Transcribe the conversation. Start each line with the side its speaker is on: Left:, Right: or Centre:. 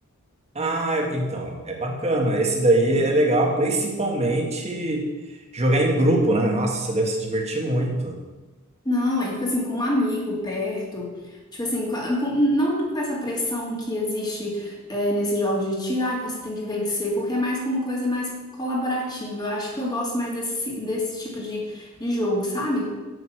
Right: Ah, é- então, é bacana. Esse daí é legal, principalmente jogar em grupo, né? Nossa, você deve se divertir muito.
Left: Não, é tipo assim, com um amigo perto, tipo assim, com- com- não com essa pressão que existe é, nesses jogos de tiro, ah, que você tem que vencer, porque é mais como uma coisa mais colaborativa. Eu acho que eu gosto mais desse, si, desse tipo de, de jogo, sabe?